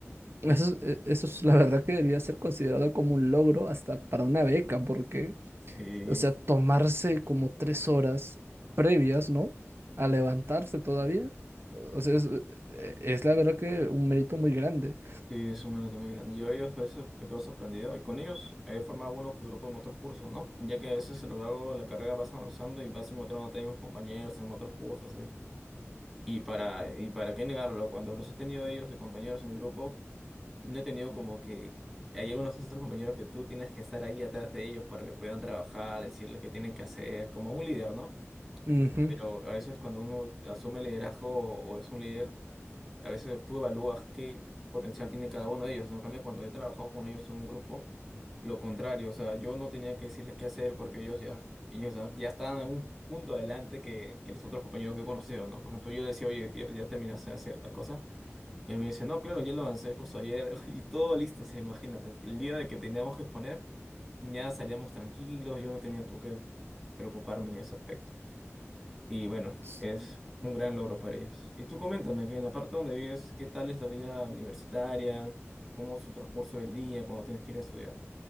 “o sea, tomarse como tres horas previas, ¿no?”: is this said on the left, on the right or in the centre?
Right